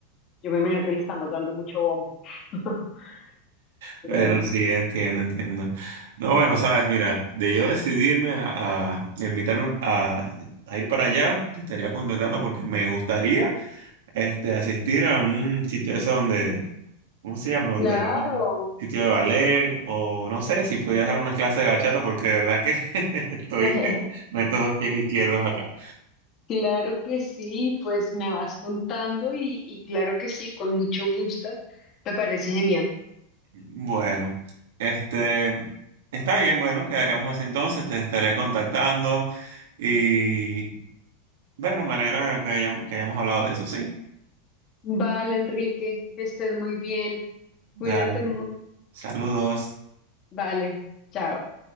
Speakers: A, on the left (about 40°); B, on the right (about 75°).
A: yo me imagino que le estamos dando mucho bombo. <laughs> Pero-
B: Pero sí, entiendo, entiendo. No, bueno, sabes, mira, de yo decidirme a, a invitarme a, a ir para allá, te estaría contactando porque me gustaría este, asistir a un sitio eso donde ¿Cómo se llama? Donde
A: Claro.
B: hay un sitio de ballet o no sé si podía darme unas clases de bachata porque de verdad que <laughs> estoy
A: <laughs>
B: con estos dos pies izquierdos acá.
A: Claro que sí, pues me vas contando y, y claro que sí, con mucho gusto. Me parece genial.
B: Bueno, este está bien, bueno, quedaríamos así entonces, te estaré contactando y bueno, me alegra que hayam- que hayamos hablado de eso, ¿sí?
A: Vale, Enrique, que estés muy bien.
B: Dale,
A: Cuídate mucho.
B: saludos.
A: Vale, chao.